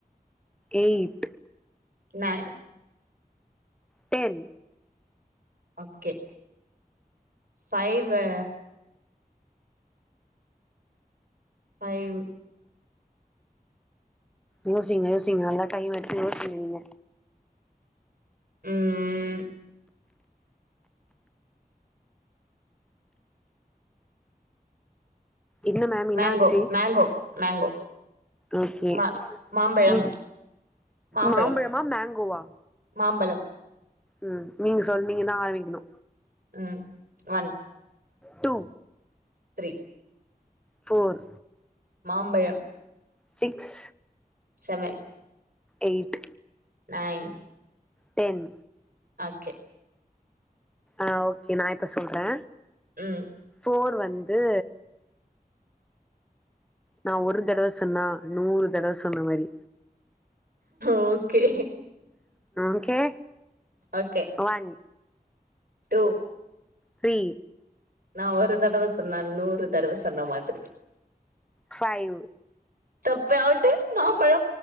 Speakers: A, in the centre; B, on the right.
A: eight
B: nine
A: ten
B: okay ஃபைவே ஃபைவ்
A: யோசிங்க யோசிங்க நல்லா டைம் எடுத்து யோசிங்க நீங்க
B: ம்
A: என்ன மேம் என்னாச்சு
B: மேங்கோ மேங்கோ மேங்கோ
A: ஓகே
B: மா மாம்பழம்
A: ம்
B: மாம்பழம்
A: மாம்பழமா மேங்கோவா
B: மாம்பழம்
A: ம் நீங்க சொல் நீங்கதா ஆரம்பிக்கணு
B: ம் ஒன்
A: டூ
B: த்ரீ
A: ஃபோர்
B: மாம்பழம்
A: six
B: seven
A: eight
B: nine
A: ten
B: ஆக்கே
A: அ ஓகே நா இப்ப சொல்றே
B: ம்
A: ஃபோர் வந்து நா ஒரு தடவ சொன்னா நூறு தடவ சொன்ன மாரி
B: okay
A: okay
B: okay
A: one
B: two
A: three
B: நா ஒரு தடவ சொன்னா நூறு தடவ சொன்ன மாதிரி
A: ஃபைவ்
B: தப்பு அவுட்டு மாம்பழ